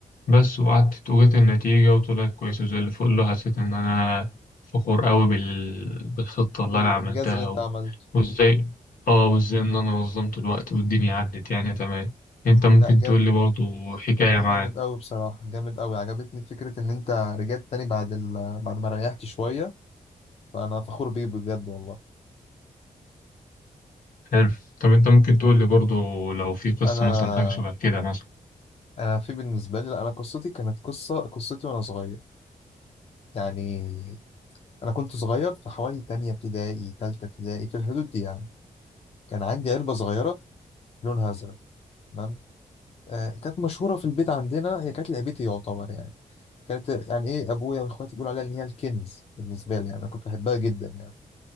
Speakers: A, on the left (about 75°); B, on the left (about 45°).
A: بس وقعدت وجت النتيجة وطلعت كويسة زي اللي فوق له حسيت ان انا فخور قوي بال... بالخطة اللي
B: بالانجاز
A: انا عملتها
B: اللي انت
A: و...
B: عملته
A: وازاي اه وازاي ان انا نظمت الوقت والدنيا عدت يعني تمام انت ممكن
B: لا جامد
A: تقول لي برضو حكاية
B: جامد
A: معاك
B: قوي بصراحه جامد قوي عجبتني فكره ان انت رجعت تاني بعد ال... بعد ما ريحت شويه فانا فخور بيه بجد والله
A: حلو طب انت ممكن تقول لي برضو لو في قصة
B: انا
A: مثلا حاجة شبه كده مثلا
B: انا في بالنسبه لي لا انا قصتي كانت قصه قصتي وانا صغير يعني انا كنت صغير في حوالي تانية ابتدائي تالتة ابتدائي في الحدود دي يعني كان عندي علبه صغيره لونها ازرق تمام آه كانت مشهوره في البيت عندنا هي كانت لعبتي يعتبر يعني كانت يعني ايه ابويا واخواتي بيقولوا عليها ان هي الكنز بالنسبه لي يعني انا كنت بحبها جدا يعني